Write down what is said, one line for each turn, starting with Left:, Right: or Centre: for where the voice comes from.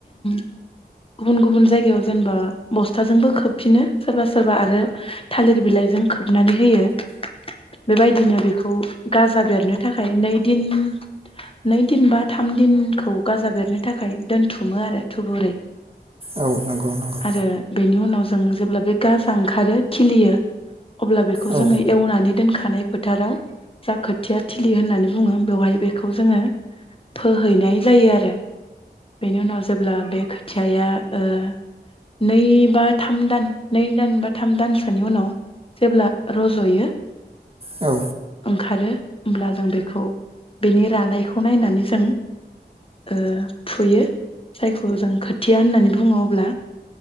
Left: गुबुन गुबुन जायगायाव जेनेबा बस्थाजोंबो खोबफिनो सोरबा सोरबा आरो थालिर बिलाइजों खोबनानै होयो। बेबायदिनो बेखौ गाजा बेरनो थाखाय नै दिन नै दिन बा थाम दिनखौ गाजा बेरनो थाखाय दोनथुमो आरो। थुबुरै
Right: औ नंगौ नंगौ
Left: आरो बेनि उनाव जों जेब्ला बे गाजा ओंखारो खिलियो। अब्ला बेखौ
Right: औ
Left: जोङो एवनानै दोनखानाय फोथाराव जा खोथिया थिलि होननानै बुङो बेवहाय बेखौ जोङो फोहैनाय जायो आरो बेनि उनाव जेब्ला बे खोथियाया ओ नै बा थाम दान नै दान बा थाम दानसोनि उनाव जेब्ला रज'यो
Right: औ
Left: ओंखारो होमब्ला जों बेखौ बेनि रानायखौ नायनानै जों ओ फुयो। जायखौ जों खोथिया होननानै बुङो अब्ला